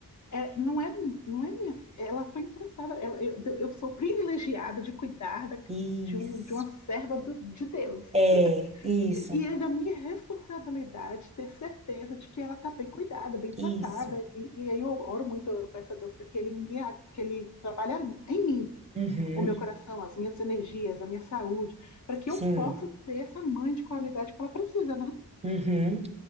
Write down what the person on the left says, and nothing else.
é, não é não é minha ela foi emprestada ela, eu, eu sou privilegiada de cuidar da,
de, um, de uma serva do, de Deus
e é da minha responsabilidade ter certeza de que ela está bem cuidada bem
tratada e, e, aí eu oro muito eu peço a Deus para que ele me que ele trabalhe em mim
o meu coração as minhas energias a minha saúde para que
eu possa ser essa mãe de qualidade que ela precisa né